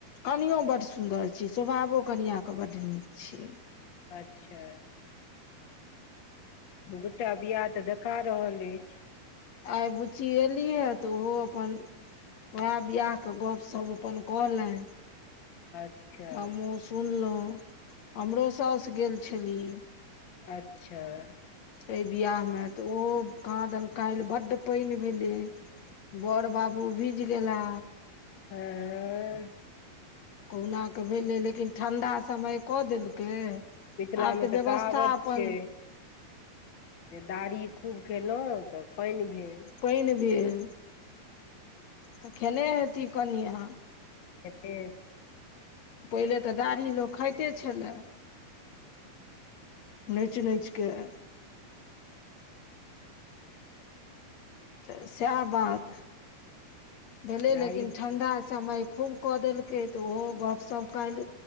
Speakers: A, on the left (about 65°); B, on the left (about 85°).
A: कनियो बड्ड सुन्दर छैय स्वभावो कनिआँके बड नीक छैय।
B: अच्छऽ। दू टा बिआाह तऽ देखा रहल अछि।
A: आइ बुच्ची एली हें तऽ ओहो अपन वैह बिआाह के गपसप अपन कहलनि।
B: अच्छा
A: हमहूँ सुनलहुँ हमरो साास गेल छली।
B: अच्छऽ
A: एहि बिियाह मे तऽ ओहो कहाँ दन काल्हि बड्ड पानि भेलै बड़ बाबू भीज गेला
B: हँ
A: कहुना कऽ भेलै लेकिन ठंडा समय कऽ देलकै
B: मिथिलामे
A: आब
B: तऽ
A: व्यवस्था
B: कहावत
A: अपन
B: छै जे दाढ़ी खूब खयलहुँ तऽ पानि भेल
A: पानि भेल तऽ खेने हेती कनआ
B: अे
A: पहिले तऽ दाढ़ी लोक खाइते छलए नोच नोचकेऽ तऽ सह बात भेलै
B: दाढ़ी
A: लेकिन ठण्डा समय खूब कऽ देलकै तऽ ओहो गपशप काल